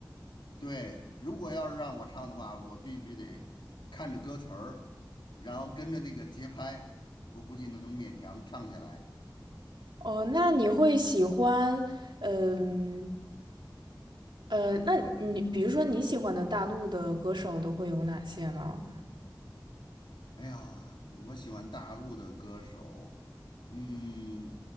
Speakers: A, on the left; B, on the right.
A: 对，如果要是让我唱的话，我必须得看着歌词儿，然后跟着那个节拍，我估计能勉强唱下来。
B: 哦，那你会喜欢，嗯呃，那你比如说你喜欢的大陆的歌手都会有哪些呢？
A: 哎呀，我喜欢大陆的歌手，嗯，